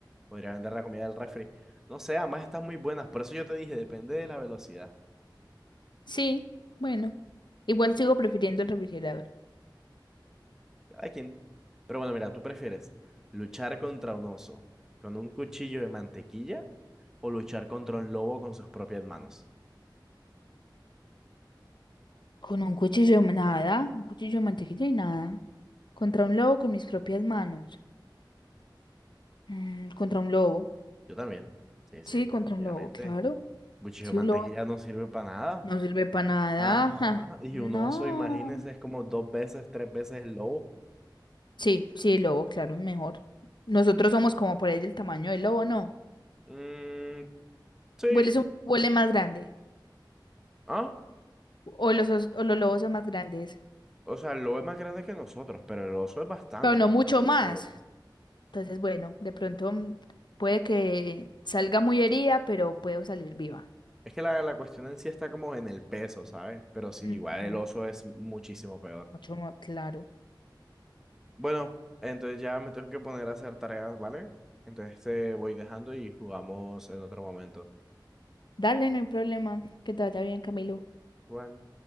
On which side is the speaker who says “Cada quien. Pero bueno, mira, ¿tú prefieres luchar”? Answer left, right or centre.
Centre